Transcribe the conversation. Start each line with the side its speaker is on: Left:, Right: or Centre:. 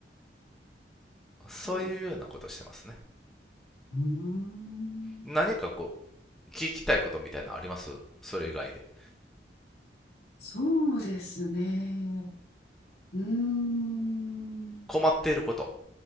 Centre: そういうようなことをしてますね。
Left: そうです。うーん。
Centre: 何かこう、聞きたいことみたいなのありますそれ以外で。
Left: そうですね。うーん。
Centre: 困っていること